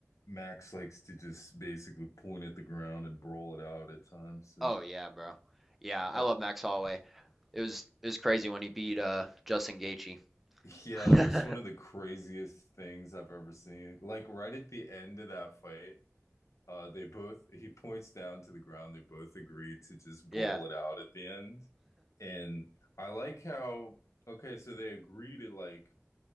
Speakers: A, on the left (about 85°); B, in the centre.
A: Max likes to just basically point at the ground and brawl it out at times. So
B: Oh yeah, bro. Yeah, I
A: I,
B: love Max Holloway. It was it was crazy when he beat uh Justin Gaethje.
A: Yeah,
B: <laughs>
A: that was one of the craziest things I've ever seen. Like right at the end of that fight, uh they both he points down to the ground, they both agree to just brawl
B: Yeah.
A: it out at the end. And I like how okay, so they agree to like